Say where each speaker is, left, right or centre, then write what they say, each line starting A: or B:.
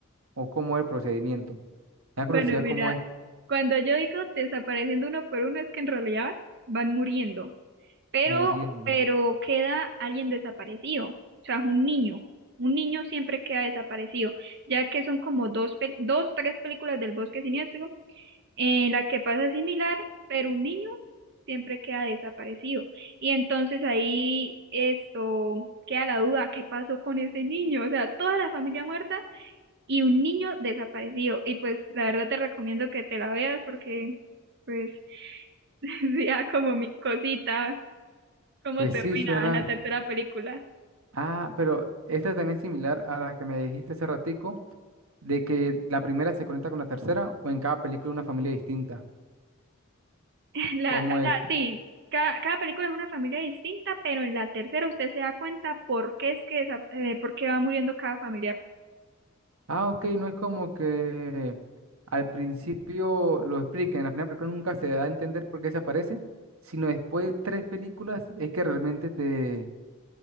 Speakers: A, on the right; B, on the right.
A: o cómo es el procedimiento? Me da
B: Bueno,
A: curiosidad
B: mira,
A: cómo es.
B: cuando yo digo desapareciendo uno por uno, es que en realidad van muriendo, pero,
A: Muriendo.
B: pero queda alguien desaparecido, o sea, un niño. Un niño siempre queda desaparecido, ya que son como dos, pel- dos, tres películas del Bosque Siniestro en la que pasa similar, pero un niño siempre queda desaparecido. Y entonces ahí esto queda la duda, ¿qué pasó con ese niño? O sea, toda la familia muerta y un niño desaparecido. Y pues la verdad te recomiendo que te la veas porque pues <laughs> ya como mi cosita, cómo
A: Pues
B: termina
A: sí, suena.
B: en la tercera película.
A: Ah, pero esta también es similar a la que me dijiste hace ratico, de que la primera se conecta con la tercera o en cada película una familia distinta.
B: <laughs> La,
A: ¿Cómo
B: o
A: es?
B: sea, sí. Cada, cada película es una familia distinta, pero en la tercera usted se da cuenta por qué es que, desa- eh, por qué va muriendo cada familiar.
A: Ah, ok, no es como que al principio lo expliquen, en la primera película nunca se da a entender por qué se aparece, sino después de tres películas es que realmente te,